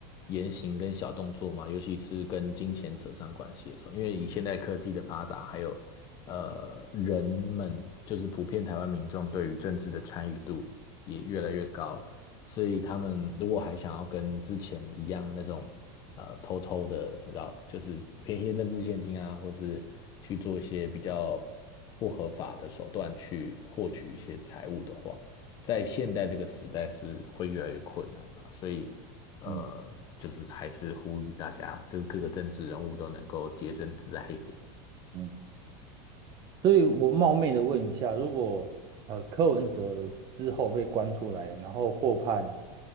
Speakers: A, on the left; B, on the right.
A: 言行跟小动作嘛，尤其是跟金钱扯上关系的时候，因为以现代科技的发达，还有呃人们就是普遍台湾民众对于政治的参与度也越来越高，所以他们如果还想要跟之前一样那种呃偷偷的，你知道，就是便宜的政治现金啊，或是去做一些比较不合法的手段去获取一些财物的话，在现代这个时代是会越来越困难的啊。所以呃，
B: 嗯
A: 就是还是呼吁大家，就是各个政治人物都能够洁身自爱一点。
B: 嗯。所以我冒昧的问一下，如果呃柯文哲之后被关出来，然后获判